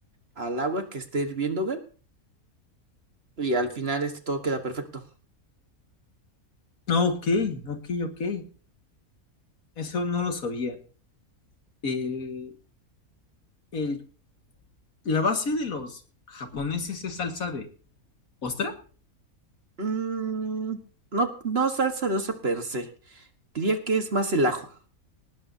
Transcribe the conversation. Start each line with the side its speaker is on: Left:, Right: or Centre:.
Right: al agua que esté hirviendo, güey, y al final este todo queda perfecto.
Left: Ok, ok, ok. Eso no lo sabía. El, el- la base de los japoneses es salsa de ostra
Right: Mm, no, no salsa de ostra per se. Diría que es más el ajo.